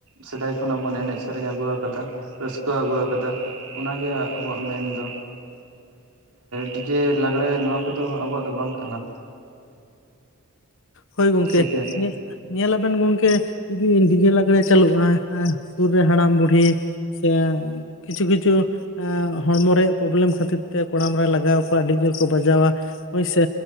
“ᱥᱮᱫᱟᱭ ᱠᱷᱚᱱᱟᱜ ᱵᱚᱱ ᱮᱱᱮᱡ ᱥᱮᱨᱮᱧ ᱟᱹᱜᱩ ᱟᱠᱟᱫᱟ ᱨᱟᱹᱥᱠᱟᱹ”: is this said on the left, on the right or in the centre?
Right